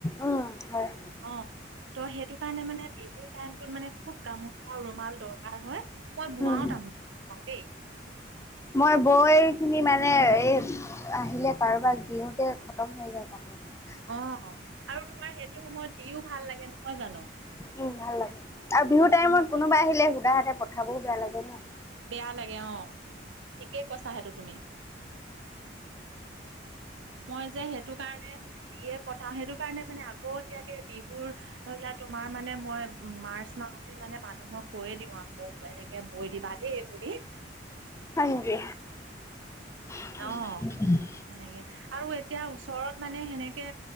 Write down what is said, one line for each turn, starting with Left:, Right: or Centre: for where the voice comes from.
Left: উম, হয়।
Right: অ ত' সেইটো কাৰণে মানে বিহুৰ টাইমটোত মানে খুব গামো ৰুমাল দৰকাৰ হয় মই বোৱাও
Left: উম,
Right: তাৰমানে দেই।
Left: মই বৈ পিনি মানে এই আহিলে কাৰোবাক দিওতে খতম হৈ যায় কাপোৰ বিলাক
Right: অ আৰু তোমাৰ সেইটো সময়ত দিও ভাল লাগে নহয় জানো।
Left: উম ভাল লাগে আৰু বিহুৰ টাইমত কোনোবা আহিলে শুদা হাতে পঠাবও বেয়া লাগে ন
Right: বেয়া লাগে অ ঠিকেই কৈছা সেইটো তুমি মই যে সেইটো কাৰণে দিয়ে পঠাও সেইটো কাৰণে মানে আ আগতীয়াকে বিহুৰ ধৰি লোৱা তোমাৰ মানে মই মাৰ্চ মাহতে মানে মানুহক কৈয়ে দিওঁ আৰু এনেকে বৈ দিবা দেই বুলি।
Left: হয় নিকি? <unintelligible>
Right: অ সেনেকে আৰু এতিয়া ওচৰত মানে সেনেকে